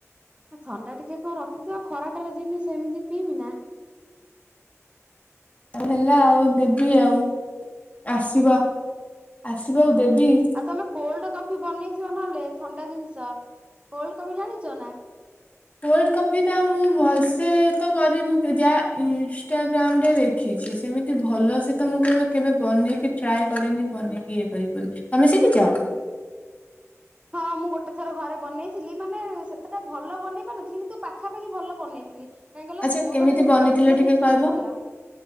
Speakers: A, on the right (about 20°); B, on the left (about 30°).
A: ଥଣ୍ଡା ଟିକେ କଣ ରଖିଥିବ ଖରା ଟାରେ ଯିମି ସେମିତି ପିଇମି ନା।
B: ହଉ ହେଲା ଆଉ ଦେବି ଆଉ ଆସିବ। ଆସିବ
A: ହଁ
B: ଆଉ ଦେବି।
A: ଆଉ ତମେ କୋଲ୍ଡ କଫି ବନେଇଥିବ ନହେଲେ ଥଣ୍ଡା ଜିନିଷ। କୋଲଡ କଫି ଜାଣିଛ ନା?
B: କୋଲ୍ଡ କପି ଟା ମୁଁ ଭଲ ସେ ତ କରିନି ମୁ ଯାହା ଇନଷ୍ଟାଗ୍ରାମ ରେ ଦେଖ ଦେଖିଛି ସେମିତି ଭଲ ସେ ତ ମୁଁ କେବେ ବନେଇକି ଟ୍ରାଏ କରିନି ବନେଇକି ଇଏ କରିବି ବୋଲି। ତମେ ଶିଖିଛ?
A: ହୁଁ। ହଁ। ମୁଁ ଗୋଟେ ଥର ଘରେ ବନେଇଥିଲି ମାନେ ସେତେଟା ଭଲ ବନେଇ ପାରୁନଥିଲି କିନ୍ତୁ ପାଖାପାଖି ଭଲ ବନେଇଥିଲି। କାହିଁକି କହିଲ
B: ଆଚ୍ଛା
A: ମୋ
B: କେମିତି
A: ପାଖରେ ସେ
B: ବନେଇଥିଲେ
A: ଯନ୍ତ୍ର
B: ଟିକେ
A: କିଛି
B: କହିବ?
A: ନଥିଲା।